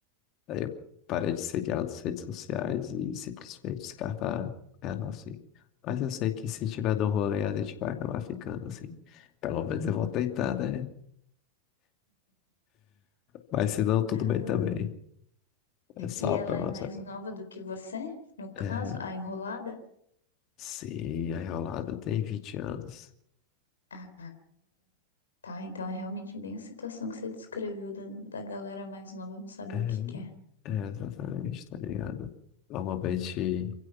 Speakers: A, on the left; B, on the left.
A: Aí eu parei de seguir ela nas redes sociais e simplesmente descartar ela assim. Mas eu sei que se tiver no rolê, a gente vai acabar ficando assim. Pelo menos eu vou tentar, né? Mas se não, tudo
B: Ah,
A: bem também. É só
B: e ela
A: pelo
B: é
A: menos.
B: mais nova do que você, no caso,
A: É,
B: a enrolada?
A: sim, a enrolada tem 20 anos.
B: Ah, tá. Então é realmente bem a situação que você descreveu da, da galera mais nova não saber
A: É,
B: o que quer.
A: é, exatamente, tá ligado? Normalmente,